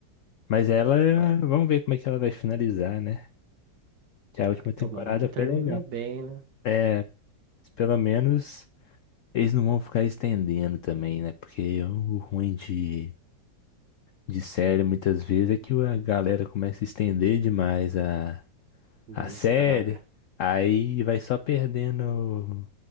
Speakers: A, on the left; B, on the right.
A: Mas ela,
B: Mas
A: vamos ver como é que ela vai finalizar, né? Que a última
B: ah,
A: temporada
B: tomara que termine
A: foi legal.
B: bem, né?
A: É, Pelo menos eles não vão ficar estendendo também, né? Porque o ruim de, de série muitas vezes é que a galera começa a estender demais a, a
B: Daí
A: série,
B: estraga.
A: aí vai só perdendo